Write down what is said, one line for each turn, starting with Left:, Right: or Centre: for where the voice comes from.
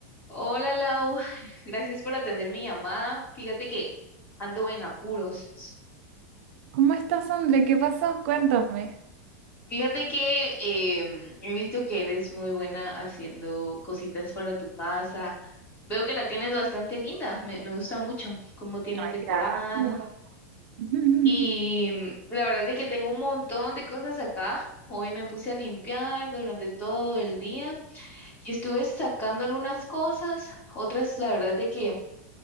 Left: Hola Lau, <laughs> gracias por atender mi llamada. Fíjate que ando en apuros.
Right: ¿Cómo estás, André? ¿Qué pasó? Cuéntame.
Left: Fíjate que em, he visto que eres muy buena haciendo cositas para tu casa. Veo que la tienes bastante linda, me, me gusta mucho cómo tienes
Right: Ay,
Left: decorado.
Right: gracias. <laughs>
Left: Y mm, la verdad es de que tengo un montón de cosas acá. Hoy me puse a limpiar durante todo el día y estuve sacando algunas cosas, otras la verdad es de que